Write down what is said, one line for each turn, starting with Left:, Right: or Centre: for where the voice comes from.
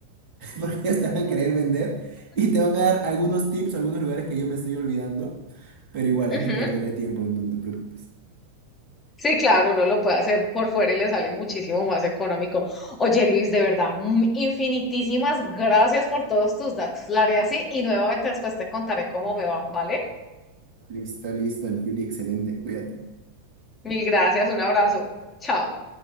Right: <laughs> Porque ya te van a querer vender y te van a dar algunos tips, algunos lugares que yo me estoy olvidando, pero igual,
Left: Ujú.
Right: hazle perder el tiempo, no te preocupes.
Left: Sí, claro, uno lo puede hacer por fuera y le sale muchísimo más económico. Oye, Luis, de verdad, mm, infinitísimas gracias por todos tus datos. La haré así y nuevamente después te contaré cómo me va, ¿vale?
Right: Listo, listo, el Juli, excelente, cuídate.
Left: Mil gracias, un abrazo. Chao.